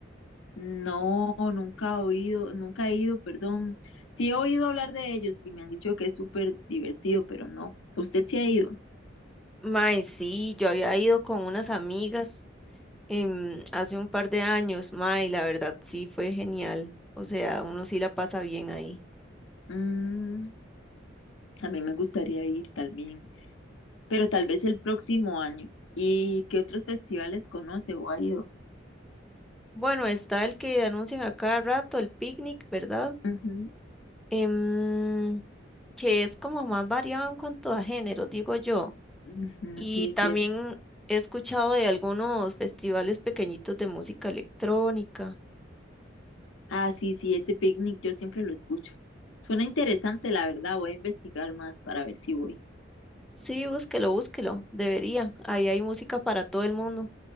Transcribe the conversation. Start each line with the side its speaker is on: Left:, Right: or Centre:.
Left: No, nunca he oído, nunca he ido, perdón. Sí he oído hablar de ellos y me han dicho que es súper divertido, pero no. ¿Usted sí ha ido?
Centre: Mae, sí, yo había ido con unas amigas em, hace un par de años, mae, y la verdad sí fue genial. O sea, uno sí la pasa bien ahí.
Left: Mm, a mí me gustaría ir también, pero tal vez el próximo año. ¿Y qué otros festivales conoce o ha ido?
Centre: Bueno, está el que anuncian a cada rato, el picnic, ¿verdad?
Left: Ujú,
Centre: Em, que es como más variado en cuanto a género, digo yo.
Left: ujú,
Centre: Y
Left: sí, es
Centre: también
Left: cierto.
Centre: he escuchado de algunos festivales pequeñitos de música electrónica.
Left: Ah, sí, sí, ese picnic yo siempre lo escucho. Suena interesante, la verdad. Voy a investigar más para ver si voy.
Centre: Sí, búsquelo, búsquelo, debería. Ahí hay música para todo el mundo.